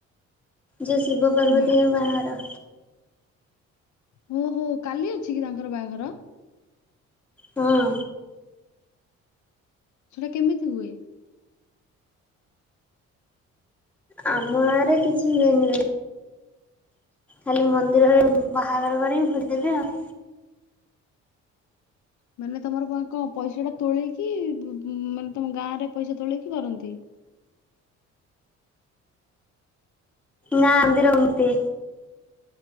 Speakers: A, in the centre; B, on the left.
A: ଯୋଉଁ ଶିବ ପ୍ରାର୍ବତିଙ୍କ
B: ନା
A: ବାହାଘର।
B: ହୁଁ ହୁଁ। କାଲି ଅଛି କି ତାଙ୍କର ବାହାଘର।
A: ହଁ।
B: ସେଟା କେମିତି ହୁଏ?
A: ଆମ ଆଡେ କିଛି ହୁଏନି ଭାଇ ଖାଲି ମନ୍ଦିରରେ ବାହାଘର କରିକି ଭୋଜି ଦେବେ ଆଉ।
B: ମାନେ ତମର କଣ ଙ୍କ ପଇସା ଟା ତୋଳେଇକି ବ୍ ମାନେ ତମ ଗାଁ ରେ ପଇସା ତୋଳେଇକି କରନ୍ତି।
A: ନାଁ ମନ୍ଦିର ମୃତ୍ତି।